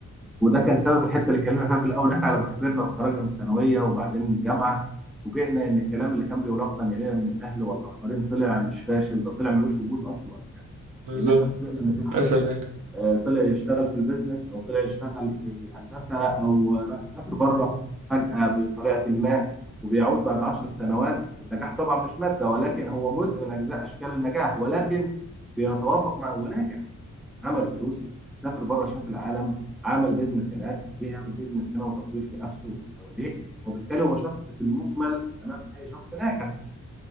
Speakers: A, in the centre; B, on the right (about 80°).
A: وده كان سبب الحته اللي اتكلمنا فيها في الاول ان احنا لما كبرنا وتخرجنا من الثانويه وبعدين الجامعه فوجئنا ان الكلام اللي كان بيلقن الينا من الاهل والاخرين طلع مش فاشل ده طلع ملوش وجود اصلا يعني
B: بالظبط
A: لان احنا فوجئنا ان في حد
B: للأسف يعني
A: آه، طلع يشتغل في البيزنس او طلع يشتغل في الهندسه او راح سافر بره فجاه بطريقه ما وبيعود بعد عشر سنوات النجاح طبعا مش ماده ولكن هو جزء من اجزاء اشكال النجاح ولكن بيتوافق مع هو ناجح عمل فلوس سافر بره شاف العالم عمل بيزنس هناك جه يعمل بيزنس هنا وتطوير في نفسه وفي حواليه وبالتالي هو شخص في المجمل امام اي شخص ناجح